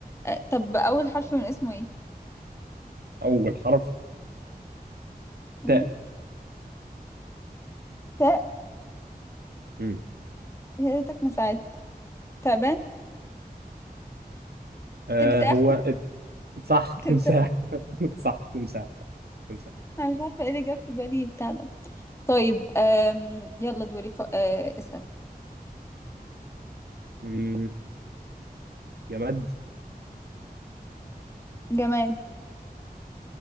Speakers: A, on the left; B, on the right.
A: آه طب اول حرف من اسمه ايه
B: أول حرف
A: مم.
B: تاء
A: تاء
B: مم.
A: يا ريتك ما ساعدت. تعبان
B: آه
A: تمساح
B: هو ات- صح
A: تمساح
B: تمساح <laughs> صح تمساح تمساح
A: انا مش عارفه ايه اللي جاب في بالي بتاع ده طيب أم... يلا دوري ف... أه... اسأل
B: مم. جماد
A: جماد